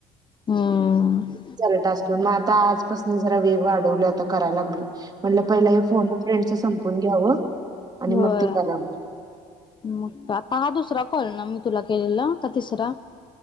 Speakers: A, on the left; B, on the right.
A: हम्म
B: ल टास मग आता आजपासून जरा वेग वाढवला आता कराय लागलं म्हंटलं पहिला हे फोन फ्रेंडच संपून घ्यावं आणि
A: होय
B: मग ते करावं
A: मग आता हा दुसरा कोल ना मी तुला केलेला का तिसरा